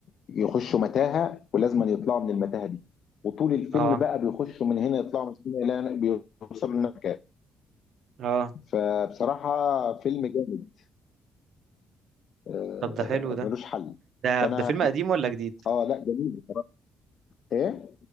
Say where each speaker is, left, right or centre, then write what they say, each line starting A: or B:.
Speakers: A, on the left (about 60°); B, on the right (about 65°).
A: يخشوا متاهه ولازم يطلعوا من المتاهه دي وطول الفيلم
B: اه
A: بقى بيخشوا من هنا يطلعوا من هنا لا بيوصلوا للمكان
B: اه
A: فبصراحه فيلم جامد آه،
B: طب ده حلو ده
A: ملوش حل
B: ده
A: فانا
B: ده فيلم قديم ولا جديد
A: اه لا جميل ايه